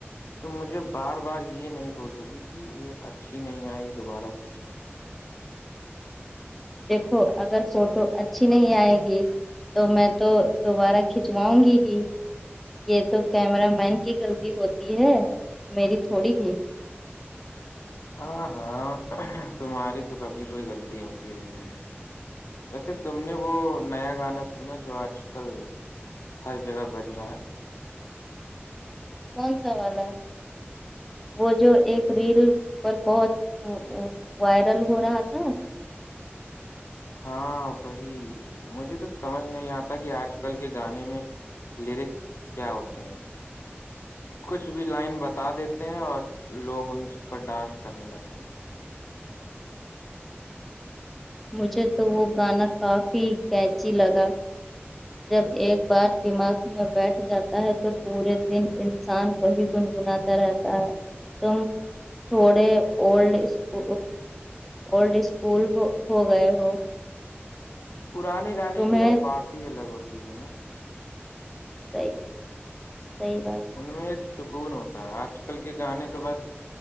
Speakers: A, on the left (about 70°); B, in the centre.
A: تو مجھے بار بار یہ نہیں بولو گی کہ یہ اچھی نہیں آئے یہ دوبارہ کھینچو
B: دیکھو اگر فوٹو اچھی نہیں آئے گی تو میں تو دوبارہ کھنچواؤں گی ہی یہ تو کیمرہ مین کی غلطی ہوتی ہے میری تھوڑی ہی
A: ہاں ہاں تمہاری تو کبھی کوئی غلطی ہوتی رہ ہے ویسے تم نے وہ نیا گانا سنا جو آج کل ہر جگہ بج رہا ہے
B: کون سا والا وہ جو ایک ریل پر بہت وائرل ہو رہا تھا
A: ہاں وہی مجھے تو سمجھ نہیں آتا کہ آج کل کے گانے میں لیرکس کیا ہوتے ہیں کچھ بھی لائن بتا دیتے ہیں اور لوگ ان پر ڈانس کرنے لگتے ہیں
B: مجھے تو وہ گانا کافی قچی لگا جب ایک بار دماغ میں بیٹھ جاتا ہے تو پورے دن انسان وہی گنگناات رہتا ہے تم تھوڑے اولڈ اسک اولڈ اسکول ہو گئے ہو
A: پرانے گانے
B: تمہیں
A: کی یار بات ہی الگ ہوتی ہے نا
B: صحیح صحی بات
A: ان میں ایک سکون ہوتا ہے آج کل کے گانے تو بس